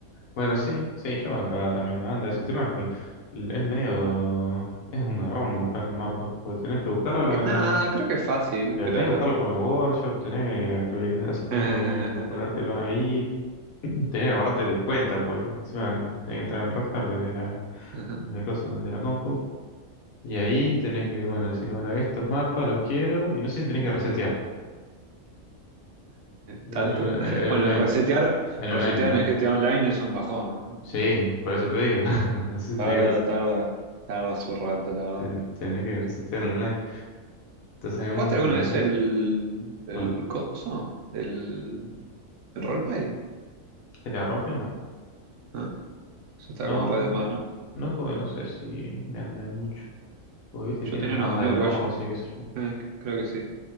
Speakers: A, on the left; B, on the right.
A: Bueno, sí, sí, yo acá también anda. Es el tema es que l- es medio, es un garrón buscar mapas, porque tenés que buscarlo
B: Creo
A: en la,
B: que, nada, creo que es fácil,
A: pero
B: pero
A: tenés
B: lo...
A: que buscarlo por la workshop, tenés que actualizar, o sea, tenés
B: <laughs> Ajá.
A: que ponértelo ahí, <clears throat> tenés que guardarte la cuenta, pues encima tenés que entrar en Rockstar desde la,
B: <laughs>
A: desde el coso, desde la compu, y ahí tenés que, bueno, decir, bueno, estos mapas los quiero, y no sé si tenés que resetear el,
B: ¿Tanto?
A: onla- el
B: Bueno,
A: online,
B: el resetear,
A: el
B: resetear
A: online, el online.
B: en el GTA Online es un bajón.
A: Sí, por eso te digo, <laughs> no sé si
B: Tarda,
A: tenés que resetear.
B: tarda, tarda su rato, la verdad.
A: Ten- Tenés que resetear online. Entonces en
B: ¿Jugaste
A: un
B: alguna
A: kill en
B: vez
A: beat.
B: el, el
A: Pues,
B: coso? ¿El, el roleplay?
A: GTA Roleplay no.
B: Ah, eso está
A: No,
B: como re de moda, ¿no?
A: no jugué, no sé si me andé mucho. Porque viste,
B: Yo
A: tiene
B: tenía
A: una
B: unos
A: banda
B: amigos
A: de mods
B: uruguayos,
A: y qué sé yo.
B: eh, c- creo que sí.